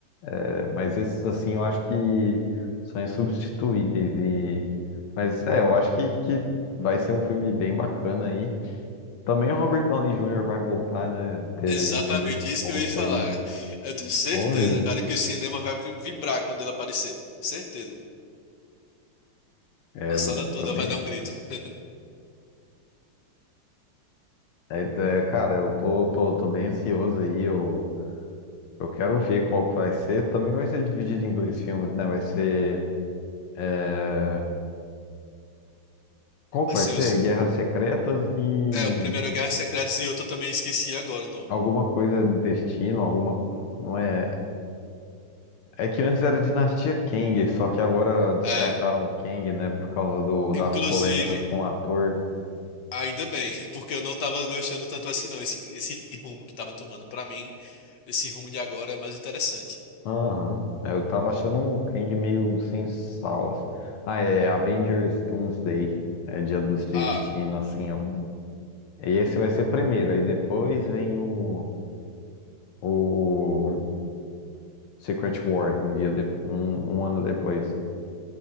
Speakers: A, on the left; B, on the left.
A: É, mas esses, assim, eu acho que são insubstituíveis e... Mas, é, eu acho que, que vai ser um filme bem bacana aí. Também o Robert Downey Jr. vai voltar, né? Teve,
B: Exatamente
A: teve esse
B: isso
A: ponto
B: que eu ia falar.
A: aí.
B: Eu tenho certeza,
A: Houve,
B: cara, que o cinema vai vi- vibrar quando ele aparecer. Certeza.
A: é,
B: A
A: eu
B: sala toda
A: também
B: vai dar um grito. <laughs>
A: É, é, cara, eu tô, tô, tô bem ansioso aí. Eu, eu quero ver qual que vai ser. Também vai ser dividido em dois filmes, né? Vai ser. é, Qual
B: Vai
A: que vai
B: ser
A: ser?
B: os...
A: Guerras Secretas e
B: É, o primeiro Guerra Secretas e outro eu também esqueci agora o nome.
A: alguma coisa do destino, alguma. Não é. É que antes era Dinastia Kang, só que agora descartaram
B: É,
A: o Kang, né? Por causa do, das
B: inclusive,
A: polêmicas com o ator.
B: ainda bem, <laughs> porque eu não tava gostando tanto assim não, esse, esse rumo que tava tomando. Pra mim, esse rumo de agora é mais interessante.
A: Aham. É, Eu tava achando o Kang meio sem sal. assim. Ah, é Avengers Doomsday. É Dia dos Destinos,
B: Ah.
A: assim, ó. E esse vai ser primeiro, aí depois vem o, o Secret Wars, um dia de- um, um ano depois.